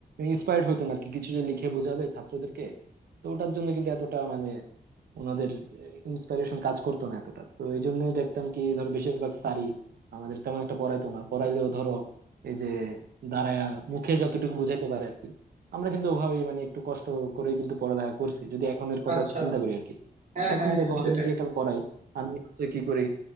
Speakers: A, on the right; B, on the right.
A: ইন্সপায়ার্ড হইতো না আর কি কিছু যে লিখে বোঝাবে ছাত্রদেরকে তো ওটার জন্য কিন্তু এতটা মানে ওনাদের ইন্সপিরেশন কাজ করতো না এতটা তো এই জন্যই দেখতাম কি ধরো বেশিরভাগ স্যারই আমাদের তেমন একটা পড়াইতো না পড়াইলেও ধরো এই যে দাঁড়ায়া মুখে যতটুকু বুঝাইতে পারে আর কি আমরা কিন্তু ওভাবেই মানে একটু কষ্ট করেই কিন্তু পড়ালেখা করছি যদি এখনের কথা
B: আচ্ছা
A: চিন্তা করি আর কি
B: হ্যাঁ
A: এখন
B: হ্যাঁ হ্যাঁ
A: দেখো
B: সেটাই
A: আমি যেটা পড়াই আমি হচ্ছে কি করি